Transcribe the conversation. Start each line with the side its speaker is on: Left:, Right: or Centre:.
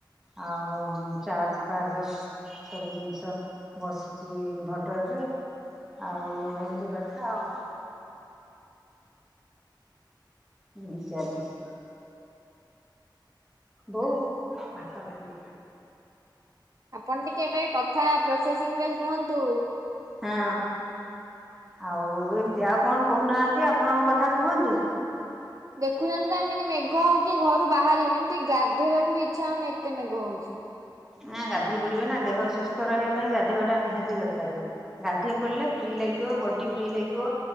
Centre: ଆଉ ଚାର୍ଜ ଫାର୍ଜ ସବୁ ଜିନିଷ। ବସିଛି ଇନଭଟରରେ ଆଉ ଏମିତି କଥା ଆଉ-
Right: ହ
Centre: ମୁୁ ଚାଲିଛି ବୋଉ ଭାତ ଖାଇବି
Right: ଆପଣ ଟିକେ ଏବେ କଥା ପ୍ରୋସେସିଙ୍ଗ୍ ରେ କୁହନ୍ତୁ।
Centre: ହଁ ଆଉ ଏମିତି ଆଉ କଣ କହୁନାହାନ୍ତି ଆପଣଙ୍କ କଥା କୁହନ୍ତୁ।
Right: ଦେଖୁଚନ୍ତି ତ ଏମିତି ମେଘ ହଉଚି ଘରୁ ବାହାରି ହଉନି ଏମିତି ଗାଧୋଇବାକୁ ବି ଇଚ୍ଛା ହଉନି ଏତେ ମେଘ ହଉଚି।
Centre: ନା ଗାଧେଇ ପଡିବେ ନା ଦେହ ସୁସ୍ଥ ରହିବା ପାଇଁ ଗାଧେଇବା ଟା ନିହାତି ଦରକାରେ। ଗାଧେଇ ପଡିଲେ ଫ୍ରି ଲାଗିବ ବଡି ଫ୍ରି ଲାଗିବ।